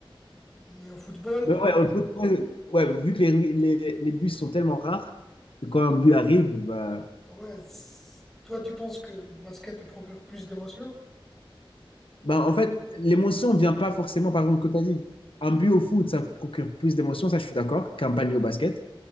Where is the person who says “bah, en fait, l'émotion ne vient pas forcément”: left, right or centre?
Left